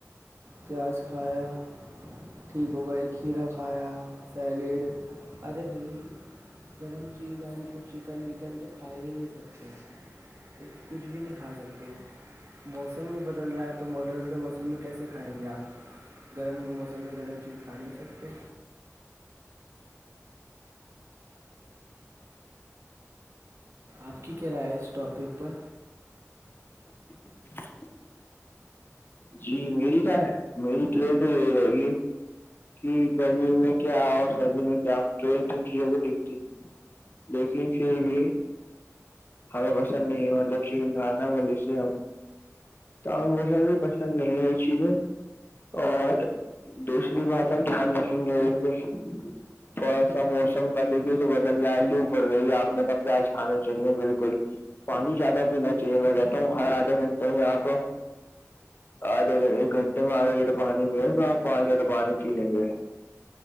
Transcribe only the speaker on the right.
پیاز کھایا ٹھیک ہو گئے کھیرا کھایا سیلیڈ ارے بھائی گرم چیز آ کچھ چکن وکن تو کھا ہی نہیں سکتے کچھ بھی نہیں کھا سکتے موسم ہی بدل رہا ہے تو ماڈلد موسم میں کیسے کھائیں گے آپ گرم کے موسم میں گرم چیز کھا نہیں سکتے آپ کی کیا رائے ہے اس ٹاپک پر